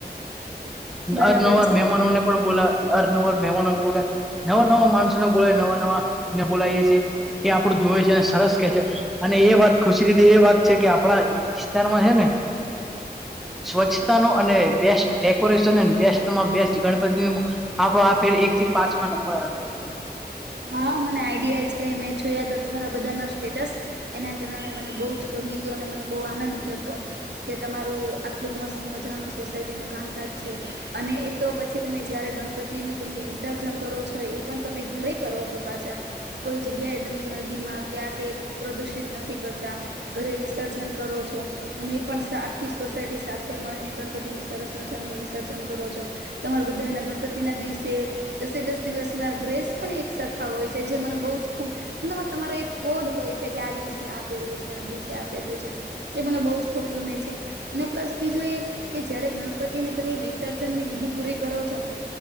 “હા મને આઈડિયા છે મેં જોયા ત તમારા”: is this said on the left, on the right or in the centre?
Right